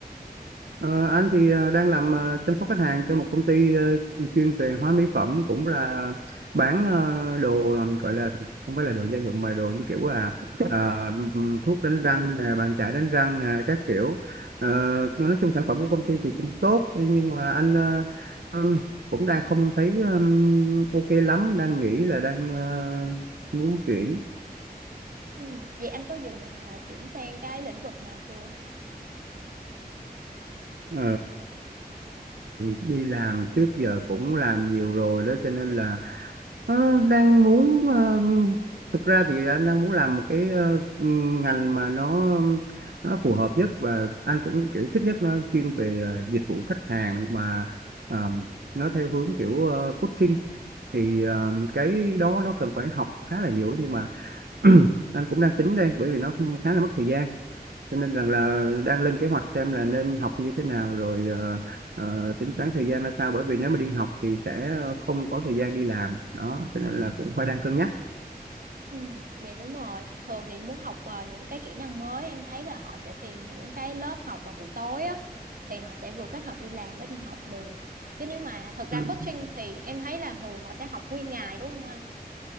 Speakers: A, on the right; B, on the right.
A: Ờ, anh thì ờ, đang làm ờ, chăm sóc khách hàng cho một công ty ờ, chuyên về hóa mỹ phẩm cũng là bán ờ, đồ ờ, gọi là không phải là đồ gia dụng mà đồ như kiểu là ờ, thuốc đánh răng nè bàn chải đánh răng nè các kiểu Ờ, nói chung sản phẩm của công ty thì cũng tốt nhưng mà anh ờ, ừm, cũng đang không thấy ừm, ok lắm đang nghĩ là đang ờ, muốn chuyển
B: Ừ. Vậy anh có dự định là chuyển sang cái lĩnh vực nào chưa?
A: Ờ, đi làm trước giờ cũng làm nhiều rồi đó cho nên
B: Ừ.
A: là ờ, đang muốn ờ, thực ra thì anh đang muốn làm một cái ờ, ngành mà nó nó phù hợp nhất và anh cũng kiểu thích nhất nó chuyên về ờ, dịch vụ khách hàng mà ờ, nó theo hướng kiểu ờ, coaching thì ờ, cái
B: Ừ.
A: đó nó cần phải học khá là nhiều đó nhưng mà <clears throat> anh cũng đang tính đây bởi vì nó khá là mất thời gian cho nên rằng là đang lên kế hoạch xem là nên học như thế nào rồi ờ, ờ, tính toán thời gian ra sao bởi vì nếu mà đi học thì sẽ không có thời gian đi làm đó cho nên là cũng phải đang cân nhắc
B: Ừ, dạ đúng rồi. Thường thì muốn học ờ, những cái kỹ năng mới em thấy là họ sẽ tìm những cái lớp học vào buổi tối á thì họ sẽ vừa kết hợp đi làm với đi học được. Chứ nếu mà thật ra
A: ừ.
B: coaching thì em thấy là thường họ sẽ học nguyên ngày đúng không anh?